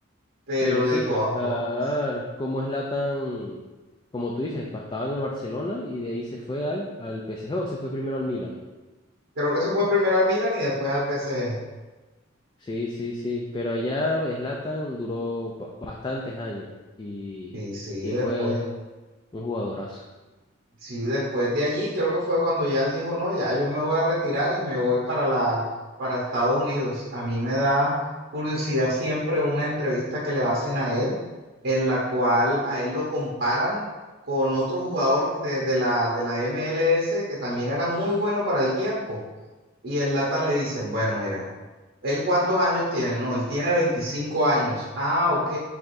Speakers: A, on the right; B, on the left.
A: pero
B: Pero sí,
A: de todas
B: pensar
A: formas.
B: cómo es Latan, como tú dices, pa- estaba en el Barcelona y de ahí se fue al, al PSG o se fue primero al Milan.
A: Creo que se fue primero al Milan y después al PSG.
B: Sí, sí, sí. Pero allá Latan duró ba- bastantes años y,
A: Sí, sí,
B: y
A: después.
B: fue un jugadorazo.
A: Sí, después de allí creo que fue cuando ya él dijo, no, ya yo me voy a retirar y me voy para la, para Estados Unidos. A mí me da curiosidad siempre una entrevista que le hacen a él, en la cual a él lo comparan con otro jugador de, de la, de la MLS que también era muy bueno para el tiempo. Y el Latam le dicen, bueno, mira. ¿Él cuántos años tiene? No, él tiene 25 años. Ah, ok.